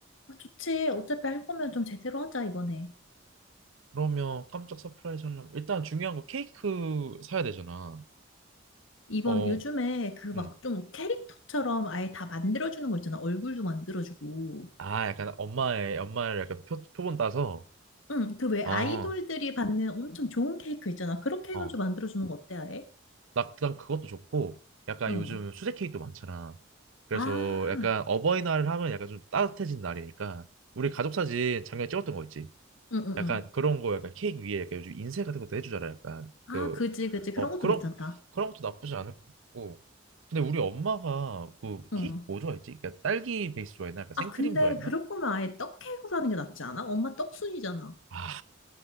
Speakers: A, on the left (about 70°); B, on the right (about 75°).
A: 아, 좋지. 어차피 할 거면 좀 제대로 하자, 이번에.
B: 그러면 깜짝 서프라이즈 하려면 일단 중요한 거 케이크 사야 되잖아.
A: 이번
B: 어,
A: 요즘에 그 막
B: 음.
A: 좀 캐릭터처럼 아예 다 만들어주는 거 있잖아. 얼굴도 만들어주고.
B: 아, 약간 엄마의 엄마를 약간 표, 표본 따서.
A: 응, 그 왜
B: 어,
A: 아이돌들이 받는 엄청 좋은 케이크 있잖아. 그렇게
B: 어.
A: 해가지고 만들어주는 거 어때, 아예?
B: 나그 그것도 좋고, 약간
A: 응.
B: 요즘 수제 케이크도 많잖아. 그래서
A: 아,
B: 약간 어버이날 하면 약간 좀 따뜻해진 날이니까 우리 가족 사진 작년에 찍었던 거 있지?
A: 응, 응,
B: 약간
A: 응.
B: 그런 거 약간 케이크 위에 약간 요즘 인쇄 같은 것도 해주잖아 약간
A: 아,
B: 그
A: 그지, 그지. 그런
B: 어
A: 것도
B: 그런
A: 괜찮다.
B: 그런 것도 나쁘지 않을 것 같고 근데 우리 엄마가 그
A: 응.
B: 케이크 뭐 좋아했지? 그러니까 딸기 베이스 좋아했나? 약간
A: 아,
B: 생크림
A: 근데
B: 좋아했나?
A: 그럴 거면 아예 떡케이크로 하는 게 낫지 않아? 엄마 떡순이잖아.
B: 아